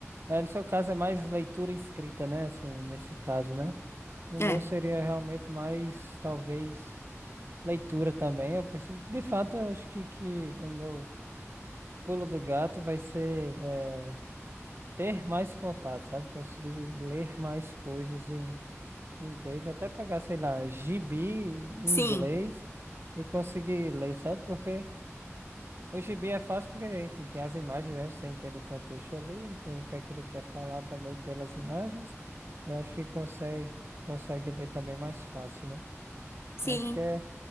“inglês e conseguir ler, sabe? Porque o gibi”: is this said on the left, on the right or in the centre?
Right